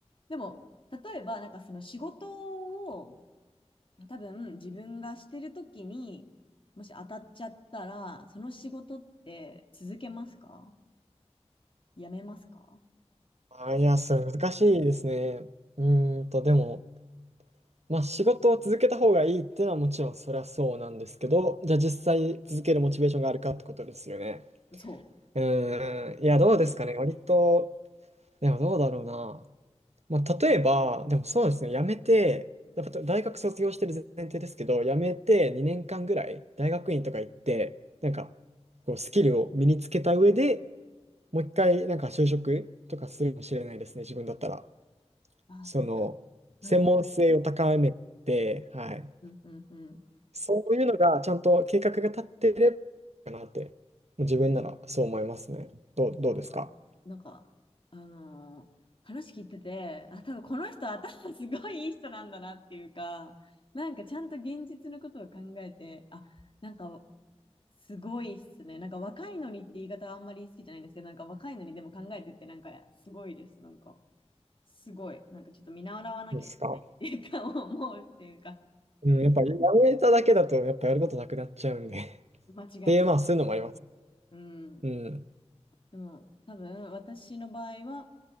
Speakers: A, on the left; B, on the right.
A: でも、例えば、なんかその仕事を多分自分がしてる時にもし当たっちゃったらその仕事って続けますかやめますか
B: あ、いや、それ難しいですね。うーんと、でも、まあ、仕事を続けた方がいいっていうのはもちろんそりゃそうなんですけど、じゃあ実際続けるモチベーションがあるかってことですよね。
A: そう。
B: うーん。いや、どうですかね。割と、でもどうだろうな。まあ、例えば、でもそうですね、辞めて、やっぱ大学卒業してる前提ですけど、辞めて2年間ぐらい大学院とか行って、なんかこうスキルを身につけた上でもう一回なんか就職とかするかもしれないですね、自分だったら。
A: ああ、
B: その、
A: 多分うん
B: 専門性を高めて、はい。
A: うんうんうん。
B: そういうのがちゃんと計画が立ってればいいかなって、自分ならそう思いますね。どう、
A: あーなんか、
B: どうですか
A: あのー話聞いてて、あ、多分この人頭すごいいい人なんだなっていうか、なんかちゃんと現実のことを考えて、あ、なんかすごいっすね。なんか若いのにって言い方はあんまり好きじゃないんですけど、なんか若いのにでも考えてってなんかすごいです。なんか。すごい、なんかちょっと見習わなきゃいけないっていうか、
B: そうですか。
A: <laughs> 思うっていうか、
B: うん、やっぱやめただけだと、やっぱやることなくなっちゃうんで。<laughs> っ
A: 間違いない。
B: ていう、まあ、そういうのもあります。
A: うん。
B: うん。
A: でも、多分、私の場合は、